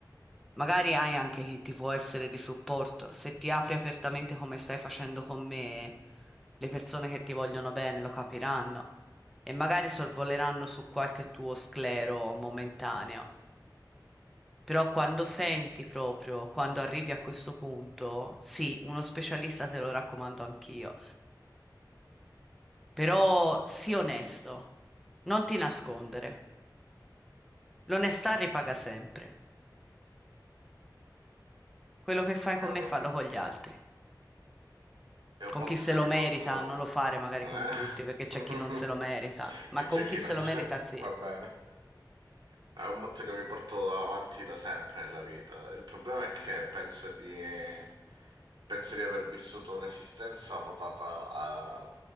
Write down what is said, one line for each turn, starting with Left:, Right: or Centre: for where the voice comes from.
Centre: Magari hai anche chi ti può essere di supporto. Se ti apri apertamente come stai facendo con me, le persone che ti vogliono bene lo capiranno e magari sorvoleranno su qualche tuo sclero momentaneo. Però quando senti proprio, quando arrivi a questo punto, sì, uno specialista te lo raccomando anch'io. Però sii onesto, non ti nascondere. L'onestà ripaga sempre. Quello che fai
Right: È
Centre: con
Right: un,
Centre: me, fallo con gli altri.
Right: è un
Centre: Con
Right: motto
Centre: chi se
Right: che
Centre: lo
Right: mi
Centre: merita,
Right: porto.
Centre: non lo fare magari
Right: Eh?
Centre: con tutti, perché c'è
Right: <laughs>
Centre: chi non se lo merita, ma
Right: Che
Centre: con
Right: c'è
Centre: chi
Right: chi
Centre: se
Right: non
Centre: lo
Right: sa.
Centre: merita sì.
Right: Va bene. È un motto che mi porto avanti da sempre nella vita. Il problema è che penso di. Penso di aver vissuto un'esistenza votata a,